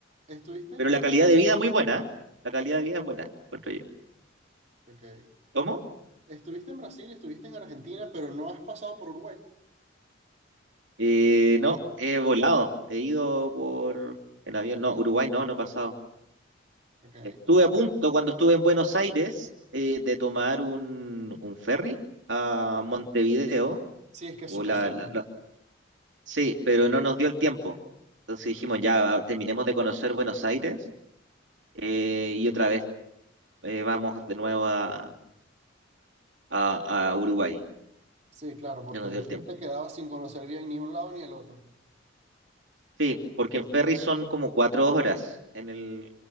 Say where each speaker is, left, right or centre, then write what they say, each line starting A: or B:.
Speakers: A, on the right (about 35°); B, on the right (about 70°).
A: estuviste en
B: pero
A: Brasil,
B: la calidad de vida es muy buena. ¿eh? La calidad de vida es buena, encuentro yo.
A: ok.
B: ¿Cómo?
A: Estuviste en Brasil y estuviste en Argentina, pero no has pasado por Uruguay,
B: Eh, no, he volado. He ido por en avión. No, Uruguay no, no he pasado.
A: ok.
B: Estuve
A: Ah,
B: a punto cuando estuve en Buenos Aires eh, de tomar un, un ferry a Montevideo
A: sí, es que es
B: O
A: súper
B: la,
A: cerca.
B: la- la- Sí, pero no nos dio el tiempo. Entonces dijimos, ya ah, terminemos de conocer Buenos Aires eh, y otra vez eh, vamos de nuevo a, a, a Uruguay.
A: Sí, claro, porque
B: No nos
A: después
B: dio el tiempo.
A: te quedabas sin conocer bien ni un lado ni el otro.
B: Sí, porque en ferry son como cuatro horas en el,